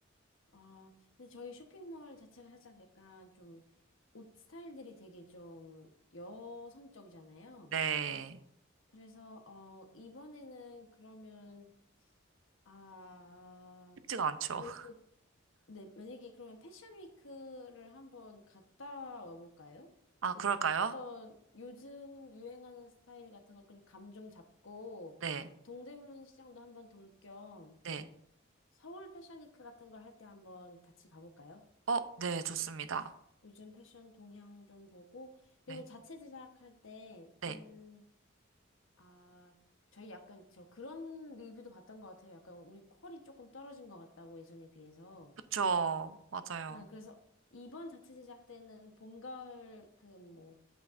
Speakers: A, on the left; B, on the right.
A: 아, 근데 저희 쇼핑몰 자체가 살짝 약간 좀 옷 스타일들이 되게 좀 여성적이잖아요.
B: 네.
A: 그래서, 어, 이번에는 그러면, 아,
B: 쉽지가 않죠.
A: 그
B: <laughs>
A: 네, 만약에 그러면 패션 위크를 한번 갔다 와볼까요?
B: 아,
A: 그
B: 그럴까요?
A: 어떤 요즘 유행하는 스타일 같은 걸좀감 좀 잡고
B: 네.
A: 동대문 시장도 한번 돌 겸
B: 네.
A: 서울 패션 위크 같은 걸 할 때 한번 같이 가볼까요?
B: 어, 네, 좋습니다.
A: 요즘 패션 동향 좀 보고
B: 네.
A: 그리고 자체 제작할 때
B: 네.
A: 음, 아, 저희 약간 저 그런 리뷰도 봤던 것 같아요. 약간 우리 퀄이 조금 떨어진 것 같다고 예전에 비해서.
B: 그쵸. 맞아요.
A: 네, 그래서 이번 자체 제작 때는 봄, 가을 그 뭐,